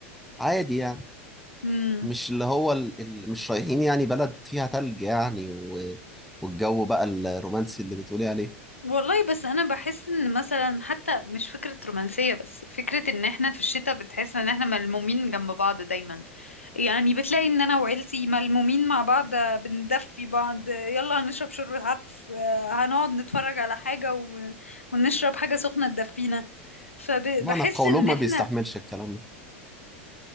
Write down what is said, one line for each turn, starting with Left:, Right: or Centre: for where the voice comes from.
Centre: عادي يعني
Left: امم
Centre: مش اللي هو ال... ال... مش رايحين يعني بلد فيها تلج يعني و... والجو بقى الرومانسي اللي بتقولي عليه
Left: والله بس انا بحس ان مثلا حتى مش فكرة رومانسية بس فكرة ان احنا في الشتاء بتحس ان احنا ملمومين جنب بعض دايما يعني بتلاقي ان انا وعيلتي ملمومين مع بعض آه، بندفي بعض آه، يلا هنشرب شوربة عدس آه، هنقعد نتفرج على حاجة و... ونشرب حاجة سخنة تدفينا فبحس
Centre: معنى قولهم
Left: ان
Centre: ما
Left: احنا
Centre: بيستحملش الكلام ده